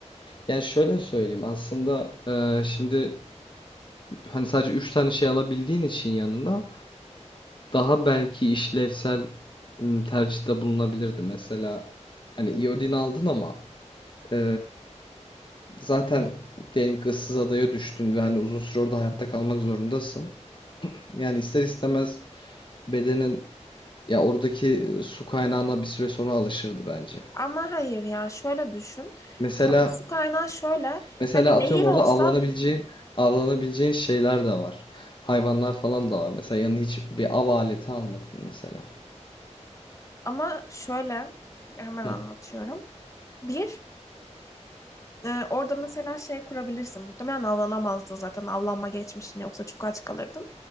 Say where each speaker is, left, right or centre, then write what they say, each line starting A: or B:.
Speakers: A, on the left; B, on the left.
A: yani şöyle söyleyeyim aslında e, şimdi hani sadece 3 tane şey alabildiğin için yanında daha belki işlevsel m, tercihte bulunabilirdi. Mesela hani iodin aldın ama e, zaten diyelim ki ıssız adaya düştün ve hani uzun süre orada hayatta kalmak zorundasın. Yani ister istemez bedenin ya oradaki e, su kaynağına bir süre sonra alışırdı bence.
B: ama hayır ya şöyle düşün
A: Mesela
B: tatlı su kaynağı şöyle
A: mesela
B: hani
A: atıyorum
B: nehir
A: orada
B: olsa
A: avlanabileceğin avlanabileceğin şeyler de var. Hayvanlar falan da var. Mesela yanına hiç bir av aleti almadın mesela.
B: ama şöyle hemen
A: Hı.
B: anlatıyorum. Bir, e, orada mesela şey kurabilirsin. Muhtemelen avlanamazdın zaten. Avlanma geçmişin yoksa çok aç kalırdın.